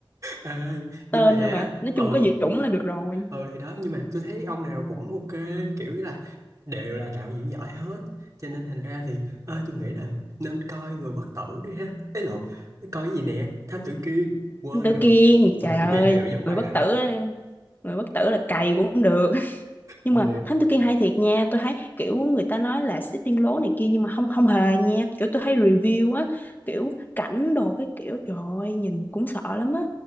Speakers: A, on the right; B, on the left.
A: Ê, nhưng
B: tên
A: mà
B: thôi mà nói
A: ờ
B: chung có Dũng là được rồi
A: ờ thì đó nhưng mà tôi thấy ông nào cũng ok kiểu là đều là đạo diễn giỏi hết cho nên thành ra thì ơi tôi nghĩ là nên coi Người Bất Tử đi ha ấy lộn coi cái gì nè Thám Tử Kiên quên
B: anh Tử
A: nữa
B: Kiên
A: ờ
B: trời ơi
A: tôi bị liệu giống bà
B: người bất
A: đó
B: tử người bất tử là cày cũng được <laughs> nhưng
A: ờ
B: mà Thám Tử Kiên hay thiệt nha tôi thấy kiểu người ta nói là xích Sitting lố này kia nhưng mà không không hề nha kiểu tôi thấy review á kiểu cảnh đồ cái kiểu trời ơi nhìn cũng sợ lắm á